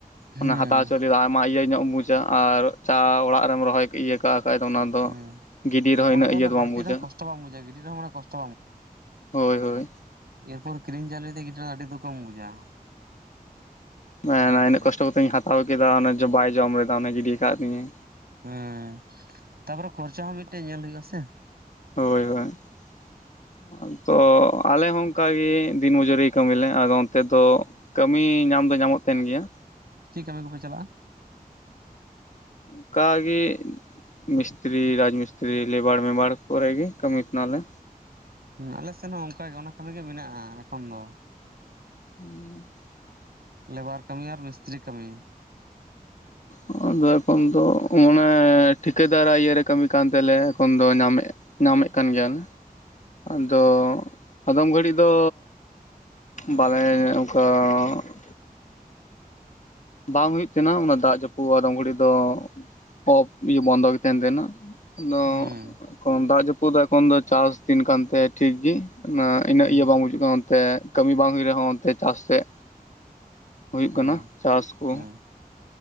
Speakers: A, on the right (about 85°); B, on the left (about 50°).
A: ᱦᱩᱸ ᱦᱩᱸ
B: ᱚᱱᱟ ᱦᱟᱛᱟᱣ ᱪᱟᱣᱞᱮ ᱟᱭᱢᱟ ᱤᱭᱟᱹ ᱧᱚᱜ ᱮᱢ ᱵᱩᱡᱟ ᱟᱨ ᱪᱟ ᱚᱲᱟᱜ ᱨᱮᱢ ᱨᱚᱦᱚᱭ ᱚᱱᱠᱟ ᱠᱷᱟᱡ ᱫᱚ ᱚᱱᱟ ᱫᱚ,
A: ᱦᱩᱸ
B: ᱜᱤᱰᱤ ᱨᱮᱦᱚᱸ
A: ᱚᱱᱟ
B: ᱩᱱᱟᱹᱜ ᱤᱭᱟᱹ
A: ᱚᱱᱟ ᱵᱟᱹᱲᱛᱤ
B: ᱫᱚ ᱵᱟᱢ ᱵᱩᱡᱟ᱾
A: ᱨᱮᱦᱚᱸ ᱠᱚᱥᱴᱚ ᱵᱟᱢ ᱵᱩᱡᱟ ᱜᱤᱰᱤ ᱨᱮᱦᱚᱸ ᱢᱟᱱᱮ ᱠᱚᱥᱴᱚ
B: ᱦᱳᱭ ᱦᱳᱭ᱾
A: ᱮᱨ ᱯᱚᱨ ᱠᱤᱨᱤᱧ ᱪᱟᱣᱞᱮ ᱜᱤᱰᱤ ᱫᱚ ᱟᱹᱰᱤ ᱫᱩᱠ ᱮᱢ ᱵᱩᱡᱟ᱾
B: ᱦᱳᱭ
A: ᱦᱩᱸ
B: ᱤᱱᱟᱹᱜ ᱠᱚᱥᱴᱚ ᱠᱟᱛᱮᱜᱧ ᱦᱟᱛᱟᱣ ᱠᱮᱫᱟ ᱚᱱᱮ ᱡᱮ ᱵᱟᱭ ᱡᱚᱢ ᱞᱮᱫᱟ ᱚᱱᱮ ᱜᱤᱰᱤ ᱟᱠᱟᱫ ᱛᱤᱧᱟ
A: ᱦᱩᱸᱢ ᱛᱟᱯᱚᱨᱮ ᱠᱷᱚᱨᱪᱟ ᱦᱚᱸ ᱢᱤᱫᱴᱮᱡ ᱧᱮᱞ ᱦᱩᱭᱩᱜ ᱟᱥᱮ᱾
B: ᱦᱳᱭ ᱦᱳᱭ᱾ ᱛᱚ ᱟᱞᱮ ᱦᱚᱸ ᱚᱱᱠᱟᱜᱮ, ᱫᱤᱱ ᱢᱩᱡᱩᱨᱤ ᱠᱟᱹᱢᱤᱞᱮ ᱟᱫᱚ ᱚᱱᱛᱮ ᱫᱚ ᱠᱟᱹᱢᱤ ᱧᱟᱢ ᱫᱚ ᱧᱟᱢᱚᱜ ᱛᱟᱦᱮᱸᱱ ᱜᱮᱭᱟ᱾
A: ᱪᱤᱫ ᱠᱟᱹᱢᱤ ᱠᱚᱯᱮ ᱪᱟᱞᱟᱜ-ᱟ᱾
B: ᱚᱱᱠᱟᱜᱮ ᱢᱤᱥᱛᱨᱤ ᱨᱟᱡᱽᱢᱤᱥᱛᱨᱤ ᱞᱮᱵᱟᱲ ᱢᱮᱵᱟᱲ᱾ ᱯᱚᱨᱮ ᱜᱮ ᱠᱟᱹᱢᱤ ᱠᱟᱱᱟ ᱞᱮ᱾
A: ᱦᱮᱸ ᱟᱞᱮᱥᱮᱫ ᱦᱚᱸ ᱚᱱᱠᱟᱜ ᱚᱱᱟ ᱠᱟᱹᱢᱤ ᱜᱮ ᱢᱮᱱᱟᱜ-ᱟ ᱮᱠᱷᱚᱱ ᱫᱚ᱾
B: <inaudible>
A: ᱞᱮᱵᱟᱨ ᱠᱟᱹᱢᱤ ᱟᱨ ᱢᱤᱥᱛᱨᱤ ᱠᱟᱹᱢᱤ᱾
B: ᱚᱻ᱾ ᱟᱫᱚ ᱮᱠᱷᱚᱱ ᱫᱚ ᱢᱟᱱᱮ ᱴᱷᱤᱠᱟᱹ ᱫᱟᱨᱟᱜ ᱤᱭᱟᱹ ᱨᱮ ᱠᱟᱹᱢᱤ ᱠᱟᱱ ᱛᱮᱞᱮ ᱮᱠᱷᱚᱱ ᱫᱚ ᱧᱟᱢᱮᱫ-ᱟ᱾ ᱧᱟᱢᱮᱫ ᱠᱟᱱ ᱜᱮᱭᱟ, ᱟᱫᱚ ᱟᱫᱚᱢ ᱜᱷᱟᱹᱲᱤᱡ ᱫᱚ᱾ ᱵᱟᱞᱮ ᱚᱱᱠᱟ ᱾ ᱵᱟᱝ ᱦᱳᱭᱩᱜ ᱛᱟᱦᱮᱸᱱᱟ ᱚᱱᱟ ᱫᱟᱜ ᱡᱟᱯᱩᱫ ᱟᱫᱚᱢ ᱜᱷᱟᱹᱲᱤ ᱫᱚ ᱳᱯ ᱤᱭᱟᱹ ᱵᱚᱱᱫᱚ ᱜᱮ ᱛᱟᱦᱮᱸᱱ ᱛᱟᱦᱮᱸᱱᱟ ᱾ ᱟᱫᱚ
A: ᱦᱩᱸ
B: ᱠᱚᱱ ᱫᱟᱜ ᱡᱟᱯᱩᱫ ᱫᱚ ᱮᱠᱷᱚᱱ ᱫᱚ ᱪᱟᱥᱫᱤᱱ ᱠᱟᱱ ᱛᱟᱭ ᱛᱮ ᱴᱷᱤᱠᱜᱤ᱾ ᱚᱱᱟ ᱤᱱᱟᱹᱜ
A: ᱦᱩᱸ
B: ᱤᱭᱟᱹ ᱵᱟᱝ ᱵᱩᱡᱩᱜ ᱠᱟᱱᱟ ᱚᱱᱛᱮ ᱠᱟᱹᱢᱤ ᱵᱟᱝ ᱦᱩᱭᱩᱜ ᱨᱮᱦᱚᱸ ᱚᱱᱛᱮ ᱪᱟᱥ ᱥᱮᱫ ᱦᱳᱭᱳᱜ
A: ᱦᱩᱸ
B: ᱠᱟᱱᱟ ᱪᱟᱥ ᱠᱚ,
A: ᱦᱩᱸ